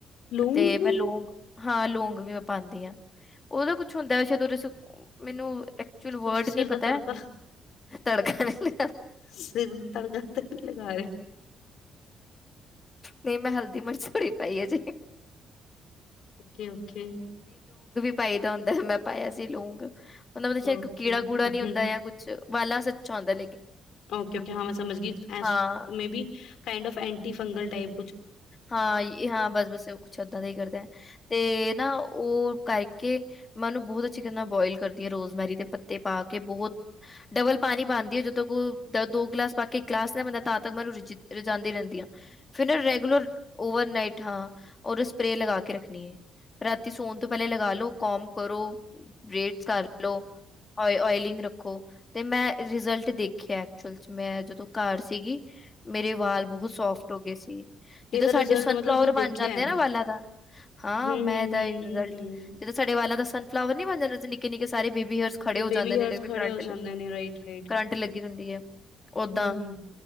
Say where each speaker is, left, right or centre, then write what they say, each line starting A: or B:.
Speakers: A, on the left; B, on the left.
A: ਲੂੰਗ
B: ਤੇ
A: ਵੀ
B: ਮੈਂ ਲੋਂਗ ਹਾਂ ਲੌਂਗ ਵੀ ਮੈਂ ਪਾਉਂਦੀ ਹਾਂ ਉਹਦਾ ਕੁਛ ਹੁੰਦਾ ਸ਼ੇਦ ਮੈਨੂੰ ਐਕਚੁਅਲ
A: ਤੁਸੀਂ
B: ਵਰਡ
A: ਸਿਰ
B: ਨਹੀਂ ਪਤਾ
A: ਦਾ ਤੜਕਾ
B: ਹੈ ਤੜਕਾਣ ਲਈ
A: ਸਿਰ ਤੜਕਾ ਤੇ ਨਹੀਂ ਲਗਾ ਰਹੇ
B: ਨਹੀਂ ਮੈਂ ਹਲਦੀ ਮਿਰਚ ਥੋੜੀ ਪਾਈ ਹਜੇ
A: ਓਕੇ- ਓਕੇ
B: ਪਾਈ ਦਾ ਹੁੰਦਾ ਮੈਂ ਪਾਇਆ ਸੀ ਲੋਂਗ ਉਹਨਾ ਚ ਸ਼ਾਇਦ
A: ਓਕੇ
B: ਕੀੜਾ ਕੂੜਾ ਨੀ ਹੁੰਦਾ ਕੁਛ ਵਾਲਾ ਵਾਸੇ ਅਛਾ ਆਉਂਦਾ ਹੈ
A: ਓਕੇ-ਓਕੇ ਹਾਂ ਮੈਂ ਸਮਝ ਗਈ ਐਸ
B: ਹਾਂ
A: maybe kind of anti fungal type
B: ਹਾਂ- ਹਾਂ ਬਸ- ਬਸ ਉਹ ਕੁਛ ਐਦਾਂ ਦਾ ਹੀ ਕਰਦਾ ਤੇ ਨਾ ਉਹ ਕਰਕੇ ਮੈਨੂੰ ਬਹੁਤ ਚਿਕਨ ਨਾਲ ਬੋਇਲ ਕਰਦੀ ਆ ਰੋਜ਼ਮੈਰੀ ਦੇ ਪੱਤੇ ਪਾ ਕੇ ਬਹੁਤ ਡਬਲ ਪਾਣੀ ਪਾਉਂਦੀ ਹੈ ਜਦੋਂ ਕੋ ਦ ਦੋ ਗਲਾਸ ਪਾ ਕੇ ਇੱਕ ਗਲਾਸ ਲ ਬੈਂਦਾ ਤਾਂ ਤੱਕ ਮੈਨੂੰ ਰਜ ਰਜਾਂਉਦੀ ਰਹਿੰਦੀ ਆ ਫਿਰ ਨਾ ਰੈਗੂਲਰ ਓਵਰ ਨਈਟ ਹਾਂ ਨ ਸਪਰੇ ਲਗਾ ਕੇ ਰੱਖਣੀ ਹੈ ਰਾਤੀ ਸੋਣ ਤੋਂ ਪਹਿਲੇ ਲਗਾ ਲੋ ਕੋਮ ਕਰੋ ਬ੍ਰੇਡਸ ਕਰਲਓ ਓ ਓਇਲੀੰਗ ਰੱਖੋ ਤੇ ਮੈਂ ਰਿਜ਼ਲਟ ਦੇਖਿਆ ਐਕਚੁਅਲ ਚ ਮੈਂ ਜਦੋਂ ਘਰ ਸੀਗੀ ਮੇਰੇ ਵਾਲ ਬਹੁਤ ਸੋਫਟ ਹੋ ਗਏ ਸੀ ਜਿੱਦਾਂ
A: ਇਹਦਾ
B: ਸਾਡੇ
A: ਰਿਜ਼ਲਟ
B: ਸਨਫਲਾਵਰ
A: ਮਤਲਬ ਤੁਸੀਂ
B: ਬਣ
A: ਦੇਖਿਆ
B: ਜਾਂਦੇ
A: ਹੈ?
B: ਆ ਨਾ ਵਾਲਾਂ ਦਾ ਹਾਂ
A: ਹੂੰ, ਹੂੰ,
B: ਮੈਂ ਇਹਦਾ
A: ਹੂੰ,
B: ਰਿਜ਼ਲਟ ਜਿੱਦਾਂ ਸਾਡੇ ਪਹਿਲਾ ਤਾਂ ਸਨਫਲਾਵਰ ਨਹੀਂ ਬਣ ਜਾਂਦੇ ਸੀ ਨਿੱਕੇ ਨਿੱਕੇ ਸਾਰੇ ਬੇਬੀ ਹੇਅਰ ਖੜੇ
A: ਹੂੰ।
B: ਹੋ
A: ਬੇਬੀ
B: ਜਾਂਦੇ ਨੇ
A: ਹੇਅਰਸ ਖੜੇ
B: ਕਰੰਟ-ਕਰੰਟ
A: ਹੋ ਜਾਂਦੇ ਨੇ ਰਾਈਟ, ਰਾਈਟ।
B: ਲੱਗੀ ਹੁੰਦੀ ਹੈ ਓਦਾਂ
A: ਹੂੰ,